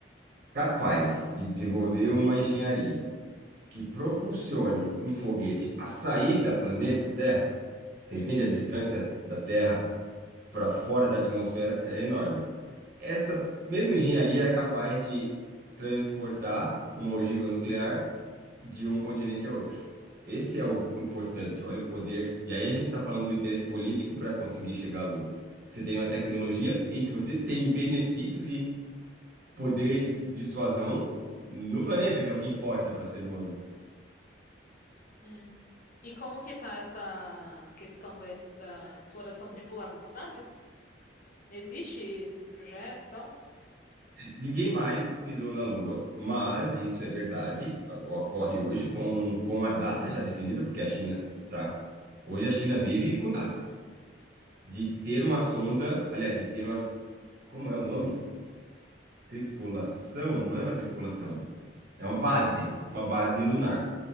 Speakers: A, on the right (about 55°); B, on the left (about 50°).
A: capaz de desenvolver uma engenharia que propulsione um foguete a sair da planeta Terra, você
B: uhum,
A: entende a distância da Terra para fora da atmosfera é enorme. Essa mesma engenharia é capaz de transportar uma ogiva nuclear de um continente a outro. Esse é o importante. Olha o poder. E aí a gente está falando do interesse político para conseguir chegar à Lua. Você tem uma tecnologia em que você tem benefícios e poder de dissuasão no planeta, que é o que importa para ser humano.
B: uhum. E como que tá essa questão da, es- da exploração tripulada, você sabe? Existe esses projetos e tal?
A: Ninguém mais pisou na Lua, mas isso é verdade, o- ocorre hoje com, com a data já definida, porque a China está. Hoje a China vive com datas. De ter uma sonda, aliás, de ter uma. Como é o nome? Tripulação? Não é uma tripulação, é uma base,
B: Hum,
A: uma base lunar,